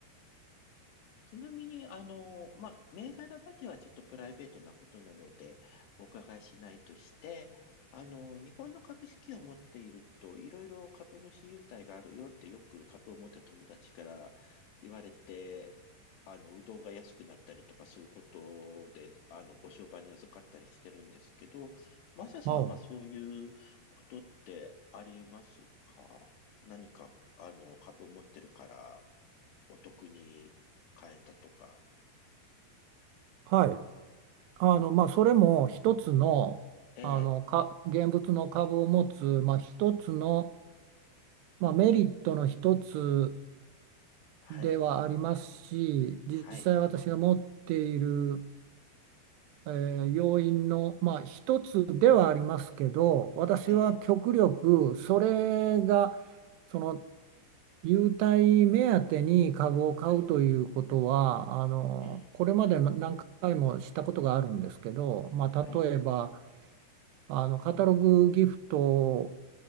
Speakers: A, on the left; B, on the right.
A: ちなみに、あの、まあ、銘柄まではちょっとプライベートなことなので、お伺いしないとして、あの、日本の株式を持っていると、いろいろ株主優待があるよってよく株を持ってる友達から言われて、あの、うどんが安くなったりとかそういうことで、あの、ご商売に預かったりしてるんですけど、マサさんはそういうことってありますか何か、
B: お
A: あの、株を持ってるからお得に変えたとか、
B: はい、あのまあ、それも一つの、
A: ええ、
B: あのか現物の株を持つ、まあ、一つの、まあ、メリットの一つ
A: はい、
B: ではありますし実際私が持っている
A: はい、
B: えー要因の、まあ、一つではありますけど私は極力それが
A: ええ、はい、
B: その優待目当てに株を買うということはあのこれまで何回もしたことがあるんですけど、
A: はい、ええ、
B: まあ、
A: はい。
B: 例えばあのカタログギフト